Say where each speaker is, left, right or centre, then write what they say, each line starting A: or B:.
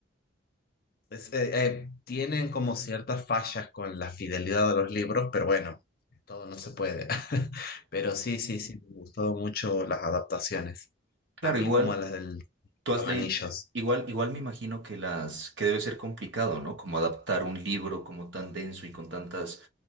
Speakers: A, on the left; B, on the right.
A: es- eh, eh, tienen como ciertas fallas con la fidelidad de los libros, pero bueno, todo no se puede. <laughs> Pero sí, sí, sí, me han gustado mucho las adaptaciones,
B: Claro,
A: también
B: igual.
A: como las del,
B: Tú
A: de los
B: has leído,
A: anillos.
B: igual, igual me imagino que las, que debe ser complicado, ¿no? Como adaptar un libro como tan denso y con tantas,